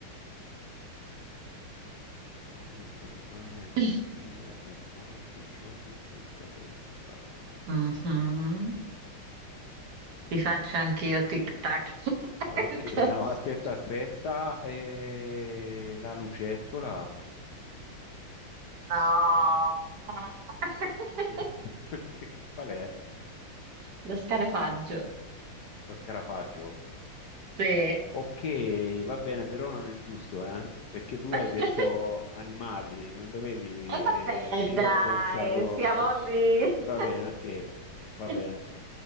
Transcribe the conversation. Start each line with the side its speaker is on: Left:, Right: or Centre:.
Left: Quale animale può
Right: <laughs>
Left: vivere per molti giorni senza testa?
Right: Mhm. Ti faccio anch'io tic-tac.
Left: Ok,
Right: <laughs>
Left: no, aspetta, aspetta. Eh, la lucertola?
Right: No. <laughs>
Left: <laughs> Che- qual è?
Right: Lo scarefaggio.
Left: Lo scarafaggio?
Right: Sì.
Left: Ok, va bene, però non è giusto, eh? Perché tu
Right: <laughs>
Left: hai detto animali, non dovevi... e
Right: E vabbè,
Left: Io
Right: dai,
Left: ho pensato, ok,
Right: siamo lì.
Left: va bene, ok, va
Right: <laughs>
Left: bene.